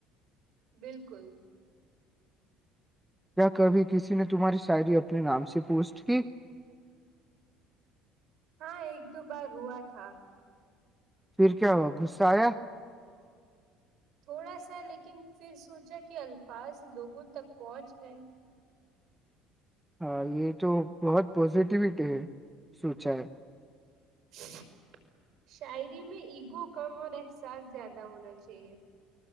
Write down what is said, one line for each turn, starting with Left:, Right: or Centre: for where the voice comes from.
Right: بالکل <unintelligible>
Centre: یا کبھی کسی نے تمہاری شاعری اپنے نام سے پوچھ <unintelligible> ھ <inaudible>
Right: ہاں ایک دو بار ہوا تھا <unintelligible>
Centre: پھر کیا ہوا گغص <unintelligible> چایا <inaudible>
Right: تھوڑا سا لیکن پھر سوچا کہ الفاظ لوگوں تک پہنچ گئے <unintelligible>
Centre: ہاں یہ تو بہت پازیٹیوٹی ہے سوچا ہے <unintelligible>
Right: <inaudible> شاعری میں ایگو کم اور احساس زیادہ ہونا چاہیے <unintelligible>